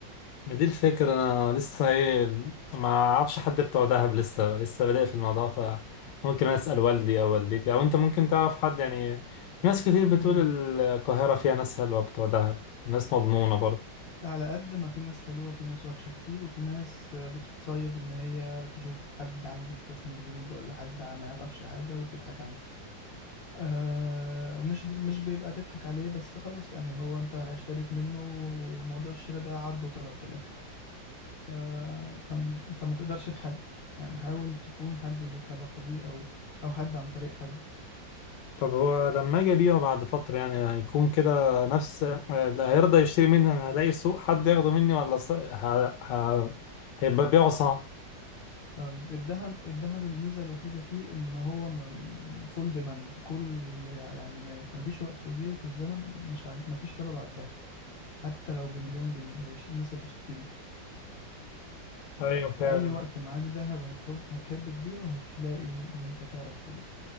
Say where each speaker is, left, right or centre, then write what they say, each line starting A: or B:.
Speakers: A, on the left; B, on the left.
A: ما دي الفكرة انا لسه ايه ما اعرفش حد بتوع دهب لسه لسه بادئ في الموضوع فممكن اسأل والدي او والدتي او انت ممكن تعرف حد يعني ناس كتير بتقول
B: مم.
A: القاهرة فيها ناس حلوة بتوع دهب ناس مضمونة برضه
B: على قد ما في ناس حلوة في ناس وحشة كتير وفي ناس بتتصيد ان هي تشوف حد عايز يستثمر جديد ولا حد ما يعرفش حاجة وتضحك عليه آه ومش ب- مش بيبقى تضحك عليه بس خلاص يعني هو انت اشتريت منه وموضوع الشراء ده عرض وطلب في الاخر ف... فم- فما تقدرش تحدد يعني حاول تكون حد ليك علاقة بيه او او حد عن طريق حد
A: طب هو لما اجي ابيعه بعد فترة يعني هيكون كده نفس اللي هيرضى يشتري مني انا هلاقي سوق حد ياخده مني ولا ص... ه... ه... هيبقى بيعه صعب
B: طيب الذهب الذهب الميزة الوحيدة فيه ان هو فول ديماند كل يعني ما يف- ما فيش وقت جه في الزمن مش ع... ما فيش طلب على الذهب حتى لو بمليون جنيه هيش... الناس هتشتري ف...
A: ايوه فعلا
B: في اي وقت معاك ذهب هتحب هتحب تبيعه وهتلاقي ان انت تعرف تبيعه